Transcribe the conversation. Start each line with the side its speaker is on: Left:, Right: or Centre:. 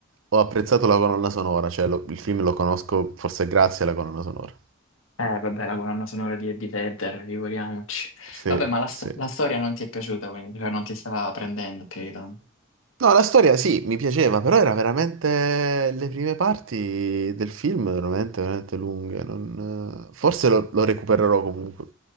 Right: ho apprezzato la colonna sonora, cioè lo- il film lo conosco forse grazie alla colonna sonora.
Left: Eh, vabbè, la colonna sonora di Eddie Vedder, figuriamoci.
Right: Sì,
Left: Vabbè, ma la, sto-
Right: sì.
Left: la storia non ti è piaciuta, quindi, cioè non ti stava prendendo più di tanto.
Right: No, la storia sì, mi piaceva, però era veramente le prime parti del film veramente, veramente lunghe. non- Forse lo, lo recupererò comunque